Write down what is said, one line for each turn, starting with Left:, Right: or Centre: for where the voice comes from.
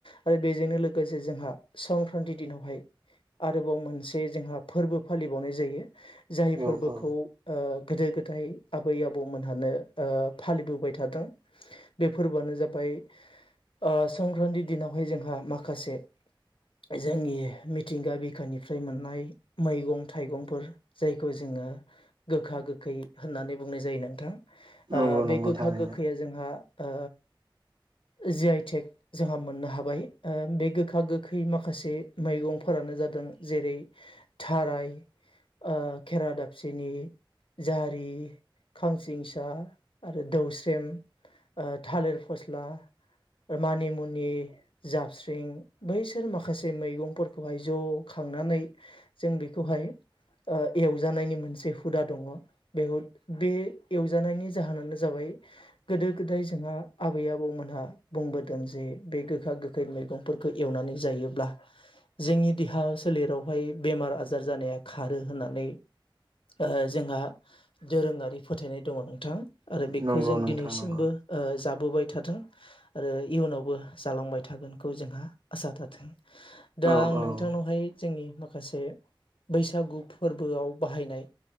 Left: आरो बेजोंनो लोगोसे जोंहा संक्रान्ति दिनावहाय आरोबाव मोनसे जोंहा फोरबो फालिबावनाय जायो जाय
Right: औ
Left: फोरबोखौ
Right: औ
Left: ओ गोदो गोदाय दाय आबै आबौमोनहानो ओ फालिबोबाय थादों बे फोरबोआनो जाबाय ओ संक्रान्ति दिनावहाय जोंहा माखासे जोंनि मिथिंगा बिखानिफ्राय य मोननाय मैगं थाइगंफोर जायखौ जोङो गोखा गोखै होननानै बुङो नाय जायो नोंथां।
Right: नंगौ
Left: ओ
Right: नंगौ
Left: बे गोखा
Right: थारैनो
Left: गोखैया जोंहा ओ जि आइ टेक जोंहा मोननो हाबाय। ओ बे गोखा गोखै माखासे मैगंफोरानो जादों जेरै थाराय ओ खेरा दाबसेनि जारि, खांसिंसा आरो दौस्रेम ओ थालिर फस्ला मानि मुनि, जाबस्रिं बैसोर माखासे मैगंफोरखौहाय ज' खांनानै जों बेखौहाय ओ एवजानायनि मोनसे हुदा दङ'। ब हुद बे एवजानायनि जाहोनानो जाबाय गोदो गोदाय जोंहा आबै आबौमोनहा बुंबोदों जे बे गोखा गोखै मैगं फोरखौ एवनानै जायोब्ला जोंनि देहा सो सोलेरावहाय बेमार आजार जानाया खारो होननानै ओ जोंहा दोरोङारि फोथायनाय दङ' नोंथां। आरो बेखौ
Right: नंगौ
Left: जों
Right: नोंथां
Left: दिनैसिमबो
Right: नंगौ
Left: ओ जाबोबाय थाथों आरो इयुनावबो जालांबाय थागोनखौ जोंहा आसा थाथों। दा
Right: औ
Left: आं नोंथांनावहाय
Right: औ
Left: जोंनि माखासे बैसागु फोरबोआव बाहायनाय